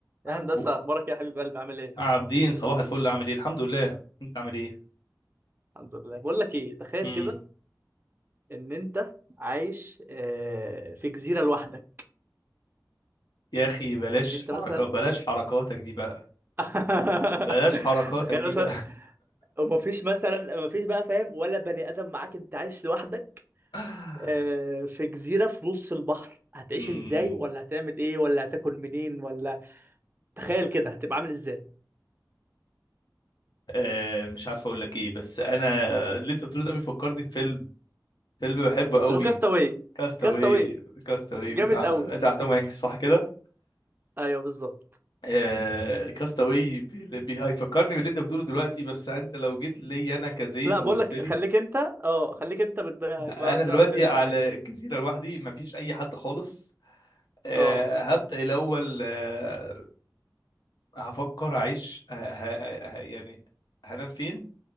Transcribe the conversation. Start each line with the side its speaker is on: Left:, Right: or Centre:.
Right: يا
Left: عبو
Right: هندسة أخبارك إيه يا حبيب قلبي عامل إيه؟
Left: عابدين صباح الفل عامل ايه الحمد لله انت عامل ايه
Right: الحمد لله بقول لك إيه تخيل
Left: امم
Right: كده إن أنت عايش آه، في جزيرة لوحدك
Left: يا اخي بلاش
Right: إن أنت
Left: حركات
Right: مثلا
Left: بلاش حركاتك دي بقى
Right: <laughs>
Left: بلاش حركاتك
Right: تخيل
Left: دي
Right: مثلا
Left: بقى
Right: ومفيش مثلا مفيش بقى فاهم ولا بني آدم معاك أنت عايش لوحدك
Left: <laughs>
Right: آه، في جزيرة في نص البحر هتعيش
Left: امم
Right: إزاي ولا هتعمل إيه ولا هتاكل منين ولا تخيل كده هتبقى عامل إزاي؟
Left: آه مش عارف اقول لك ايه بس انا اللي انت بتقوله ده بيفكرني بفيلم فيلم بحبه قوي
Right: لو كاستاوي
Left: كاستاوي
Right: كاستاوي
Left: كاستاوي
Right: جامد
Left: بتاع
Right: قوي
Left: بتاع توم هانكس صح كده
Right: أيوه بالظبط
Left: آه كاستاوي بي... بي- هيفكرني باللي انت بتقوله دلوقتي بس انت لو جيت لي انا كزين
Right: لا
Left: وقلت
Right: بقول لك
Left: لي
Right: خليك انت اه خليك انت بدماغك
Left: انا
Right: مالكش
Left: دلوقتي
Right: دعوه بالفيلم
Left: على
Right: ولا حاجه
Left: الجزيره لوحدي مفيش اي حد خالص آه،
Right: اه
Left: هبدا الاول آه، هفكر هعيش ه- ه- ه- يعني هنام فين